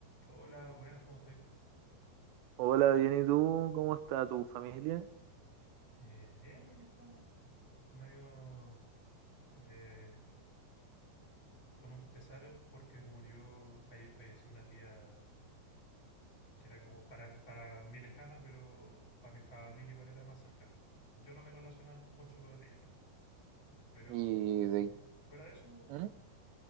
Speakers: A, on the left; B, on the right.
A: Hola, buenas, ¿cómo estoy?
B: Hola, bien, ¿y tú? ¿Cómo está tu familia?
A: Eh, bien, aquí estamos. Medio eh, con un pesar porque murió, falle- falleció una tía que era como para, para mí lejana, pero para mi familia igual era más cercana. Yo no me relacionaba mucho con ella nomás. Pero
B: Y de,
A: fuera de eso, bien.
B: ¿Mm?